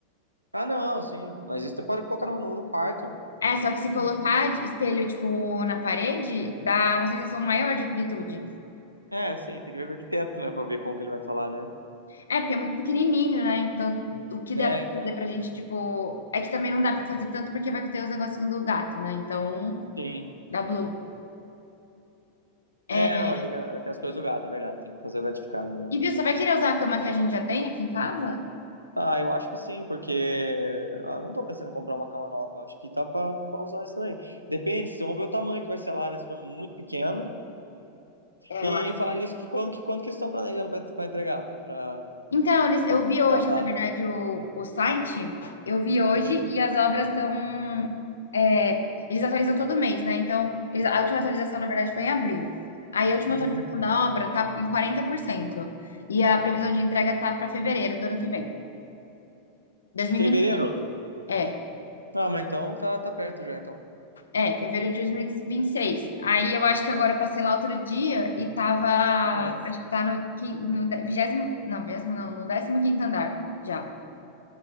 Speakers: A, on the right; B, on the left.
A: Ah, não, sim. Mas isso você pode colocar no, no, no quarto,
B: É, só que se
A: né?
B: colocar de- espelho, tipo, na parede, dá uma sensação maior de amplitude.
A: É, sim, tem que ver com o arquiteto, né, pra ver como que ele vai falar, né?
B: É, porque é muito pequenininho, né? Então, o que dá
A: É,
B: pra
A: então.
B: fazer pra gente, tipo... É que também não dá pra fazer tanto porque vai ter os negocinhos do gato, né? Então,
A: Sim.
B: dá blue. É,
A: É, não, vai ter, que- vai ter as coisas do gato, é verdade. Tem que fazer o gatificado, né?
B: E, viu, você vai querer usar a cama que a gente já tem aqui em casa?
A: Ah, eu acho que sim, porque. Ah, não tô pensando em comprar uma cama nova. Acho que tá pra, pra usar essa daí. Depende, vocês vão ver o tamanho que vai ser lá, né? Se for muito pequeno.
B: É,
A: E
B: eu
A: falar nisso, que quando que, quando que eles estão planejando pra, pra entregar? Pra
B: Então, eles- eu vi hoje,
A: pra a data?
B: na verdade, o, o site, eu vi hoje
A: Sim.
B: e as obras estão. é, eles atualizam todo mês, né? Então, eles- a última atualização, na verdade, foi em abril. Aí a última
A: Uhum.
B: atualização da obra tá em quarenta por cento E a previsão de entrega tá para fevereiro do ano que vem. dois mil
A: Fevereiro?
B: e vinte. É,
A: Ah, mas então tá, tá perto já, então.
B: é, fevereiro de dois mil e e vinte e seis. Aí eu acho que agora eu passei lá outro dia e tava.
A: Ah.
B: Acho que tá no, quin- no vigésimo. Não, vigésimo não, no décimo quinto andar. Já.